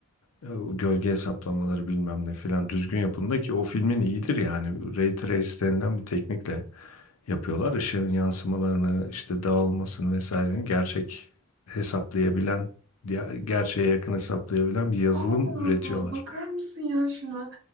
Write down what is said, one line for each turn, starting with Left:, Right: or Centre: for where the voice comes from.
Left: E, o Gölge hesaplamaları bilmem ne filan düzgün yapılında ki o filmin iyidir yani. Ray Trace denilen bir teknikle yapıyorlar. Işığın yansımalarını, işte dağılmasını vesaireni gerçek hesaplayabilen, diğer- gerçeğe yakın hesaplayabilen bir yazılım
Right: Allah Allah,
Left: üretiyorlar.
Right: bakar mısın ya şuna?